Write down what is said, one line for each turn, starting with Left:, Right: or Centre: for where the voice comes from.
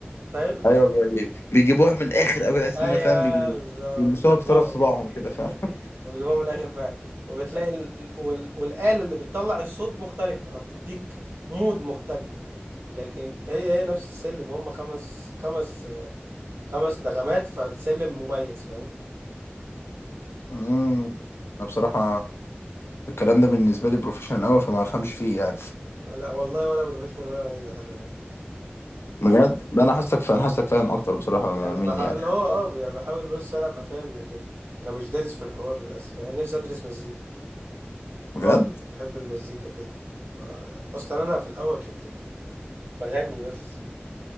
Right: فاهم
Left: ايوه بيعجبني بيجيبوها من الاخر قوي تحس
Right: ايوه
Left: انها فاهم بيبي-
Right: بالظبط
Left: بيلبسوها
Right: بيجيبوها
Left: بطرف
Right: من
Left: صباعهم
Right: الاخر <laughs>
Left: كده فاهم
Right: وبيجيبوها من الاخر فعلا وبتلاقي ال... وال... والاله اللي بتطلع الصوت مختلفه فبتديك مود مختلف لكن هي هي نفس السلم هم خمس خمس خمس نغمات فالسلم مميز فاهم
Left: امم انا بصراحه الكلام ده بالنسبه لي بروفيشنال قوي فما افهمش فيه يعني
Right: لا والله ولا بروفيشنال ولا نيلة خلي بالك
Left: بجد ده انا حاسك
Right: <laughs>
Left: فاهم حاسك فاهم اكتر بصراحه
Right: يعني انا
Left: مني
Right: بحاول
Left: يعني
Right: هو اه يعني بحاول بس انا ابقى فاهم لكن انا مش دارس في الحوار للاسف يعني نفسي ادرس مزيكا
Left: بجد
Right: برضو بحب المزيكا جدا ما... اصلا انا في الاول كنت ب... بغني بس